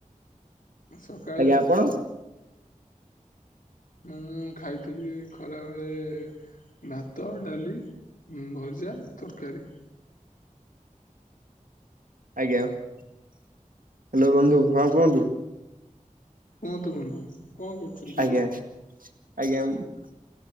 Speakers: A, on the left (about 70°); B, on the right (about 80°).
A: ସକାଳେ
B: ଆଜ୍ଞା ଆପଣ?
A: ମୁଁ ଖାଇଥିଲି ଖରାବେଳେ ଭାତ, ଡାଲି, ଭଜା, ତରକାରୀ।
B: ଆଜ୍ଞା। ହାଲୋ ବନ୍ଧୁ ହଁ କୁହନ୍ତୁ।
A: କୁହନ୍ତୁ କୁହନ୍ତୁ କଣ କରୁଛନ୍ତି
B: ଆଜ୍ଞା
A: ଏବେ?
B: ଆଜ୍ଞା <unintelligible>